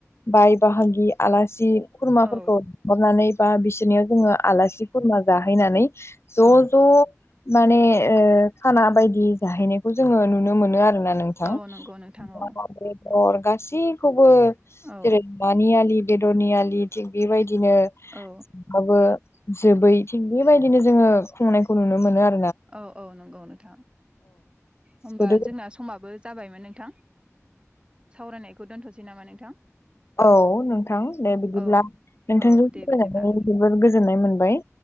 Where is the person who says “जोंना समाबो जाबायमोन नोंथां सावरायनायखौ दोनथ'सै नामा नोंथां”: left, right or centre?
Right